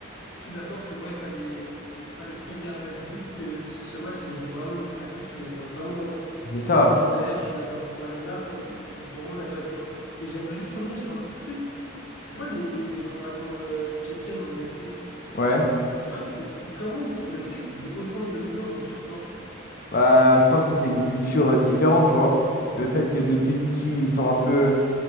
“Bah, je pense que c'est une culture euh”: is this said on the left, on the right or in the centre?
Left